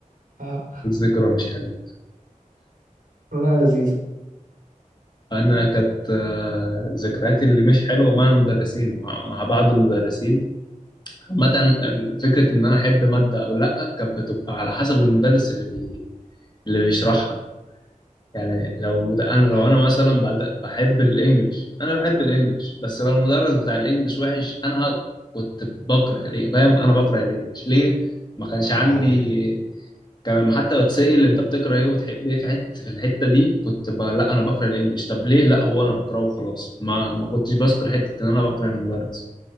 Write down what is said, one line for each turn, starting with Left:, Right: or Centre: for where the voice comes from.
Right: اه
Left: الذكرى مش حلوة
Right: والله لذيذة
Left: أنا كانت آه، ذكرياتي اللي مش حلوة مع المدرسين مع, مع بعض المدرسين عامة ال- فكرة إن أنا أحب مادة أو لأ كانت بتبقى على حسب المدرس اللي بي... اللي بيشرحها يعني لو مد... أنا لو
Right: ايوه
Left: أنا مثلا بعد... بحب الإنجليش أنا بحب الإنجليش بس لو المدرس بتاع الإنجليش وحش أنا ه- كنت بكره الإنجليش فاهم أنا بكره الإنجليش ليه؟ ما كانش
Right: وانا
Left: عندي
Right: على فكره
Left: كان لما حتى بتسأل انت بتكره ايه وبتحب ايه في حته في الحته دي كنت ب... لا انا بكره الانجليش طب ليه لا هو انا بكرهه وخلاص ما ما كنتش بذكر حته ان انا بكره المدرس